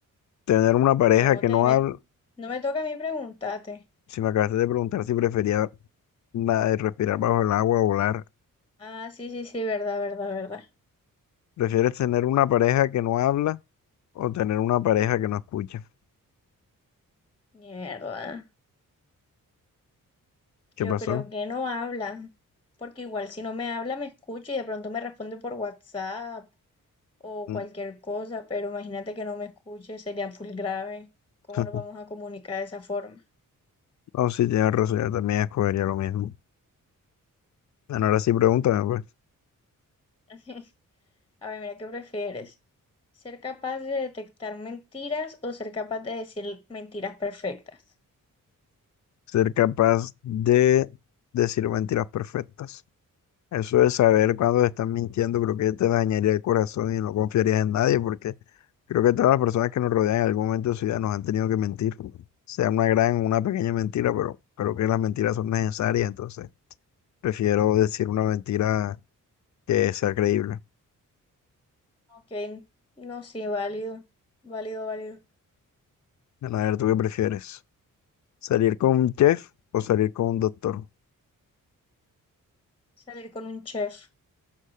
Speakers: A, on the left; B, on the left.
A: Tener una pareja
B: No
A: que
B: te
A: no
B: me-
A: habla,
B: no me toca a mí preguntarte.
A: si me acabaste de preguntar si prefería nada de respirar bajo el agua o volar,
B: Ah, sí, sí, sí, verdad, verdad, verdad.
A: ¿prefieres tener una pareja que no habla o tener una pareja que no escucha?
B: Mierda,
A: ¿Qué
B: yo
A: pasó?
B: creo que no habla, porque igual si no me habla me escucha y de pronto me responde por WhatsApp o
A: Mm.
B: cualquier cosa, pero imagínate que no me escuche, sería full grave. ¿Cómo
A: <laughs>
B: nos vamos a comunicar de esa forma?
A: Oh, sí, tienes razón, yo también escogería lo mismo. Bueno, ahora sí pregúntame, pues.
B: <laughs> A ver, mira, ¿qué prefieres? ¿Ser capaz de detectar mentiras o ser capaz de decir mentiras perfectas?
A: Ser capaz de decir mentiras perfectas. Eso de saber cuándo te están mintiendo, creo que te dañaría el corazón y no confiarías en nadie, porque creo que todas las personas que nos rodean en algún momento de su vida nos han tenido que mentir. Sea una gran o una pequeña mentira, pero creo que las mentiras son necesarias, entonces prefiero decir una mentira que sea creíble.
B: Ok, no, sí, válido, válido, válido.
A: Bueno, a ver, ¿tú qué prefieres? ¿Salir con un chef o salir con un doctor?
B: Salir con un chef.